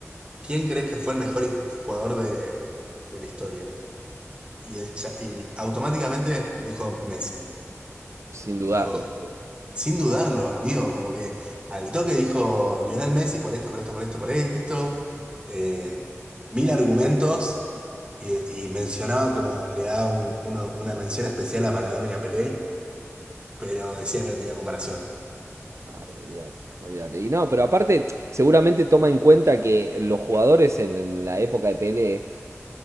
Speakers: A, on the right; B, on the right.
A: ¿quién crees que fue el mejor his- jugador de, de la historia? Y, el cha- y automáticamente dijo Messi.
B: sin dudarlo.
A: Dijo, sin dudarlo, amigo, como que al toque dijo Lionel Messi por esto, por esto, por esto, por esto. eh, mil argumentos. Y, y mencionaba como le daba un- uno- una mención especial a Maradona y a Pelé, pero decía que no tenía comparación.
B: Claro, olvídate, olvídate. Y no, pero aparte, seguramente toma en cuenta que los jugadores en, en la época de Pelé